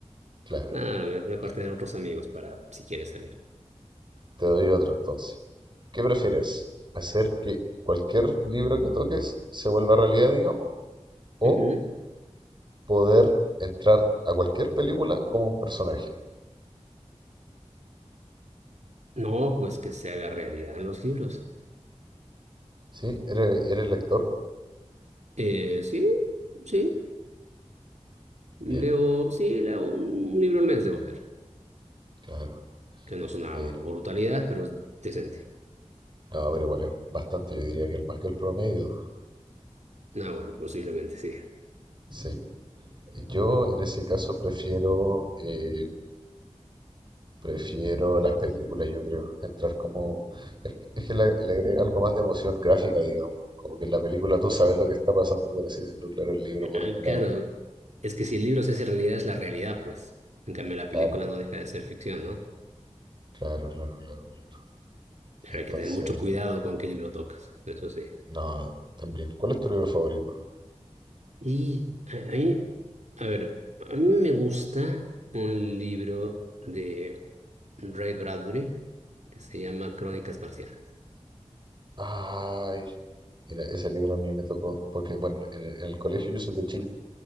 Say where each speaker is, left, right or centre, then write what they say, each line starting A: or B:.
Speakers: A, on the right; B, on the right.
A: Claro,
B: No, me- mejor
A: ya,
B: tener otros amigos para si quieres salir.
A: te doy otro entonces. ¿Qué prefieres? ¿Hacer que cualquier libro que toques se vuelva realidad, digamos? ¿O
B: Ujú.
A: poder entrar a cualquier película como un personaje?
B: No, pues que se haga realidad en los libros.
A: ¿Sí? ¿Eres, eres lector?
B: Eh, sí, sí. Leo,
A: Bien,
B: sí, leo un libro al mes de leer,
A: claro,
B: que no es una
A: mira.
B: brutalidad, pero es decente.
A: No, pero igual es bastante, yo diría que más que el promedio.
B: Ah, bueno, posiblemente sí.
A: Sí. Yo en ese caso prefiero, eh, prefiero las películas, yo creo. Entrar como... Es que es que le, le agrega algo más de emoción gráfica, digamos. Como que en la película tú sabes lo que está pasando, por así decirlo. Claro, el libro por
B: Ah,
A: otro lado.
B: claro,
A: eh,
B: es que si el libro se hace realidad es la realidad, pues. En cambio, la película
A: Claro,
B: no deja de ser ficción, ¿no?
A: claro, claro, claro, claro.
B: Pero
A: Entonces,
B: hay que tener mucho cuidado con qué libro tocas, eso sí.
A: no, también. ¿Cuál es tu libro favorito?
B: Y a a mí, a ver, a mí me gusta un libro de Ray Bradbury que se llama Crónicas Marcianas.
A: Ay, mira, ese libro a mí me tocó, porque bueno, en, en el colegio yo soy de Chile.